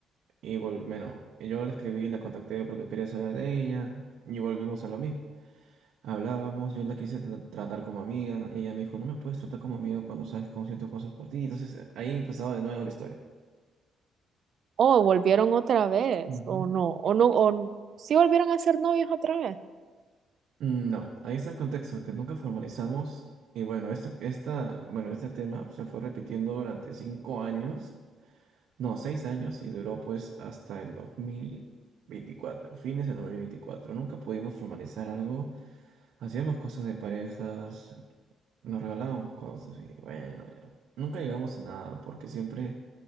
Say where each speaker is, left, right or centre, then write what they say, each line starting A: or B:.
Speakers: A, on the right (about 75°); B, on the right (about 60°).
A: Y vol- bueno, yo la escribí, la contacté porque quería saber de ella y volvimos a lo mismo. Hablábamos, yo la quise tra- tratar como amiga, ella me dijo, no me puedes tratar como amiga cuando sabes cómo siento cosas por ti. Entonces eh, ahí empezaba de nuevo la historia.
B: Oh, volvieron otra vez,
A: Ujú.
B: o no, o no, o n- sí volvieron a ser novios otra vez.
A: Mm, No, ahí está el contexto, que nunca formalizamos. Y bueno, esto, esta, bueno, este tema se fue repitiendo durante cinco años, no, seis años, y duró pues hasta el dos mil veinticuatro fines de dos mil veinticuatro Nunca pudimos formalizar algo, hacíamos cosas de parejas. Nos regalábamos cosas y bueno, ya. Nunca llegamos a nada porque siempre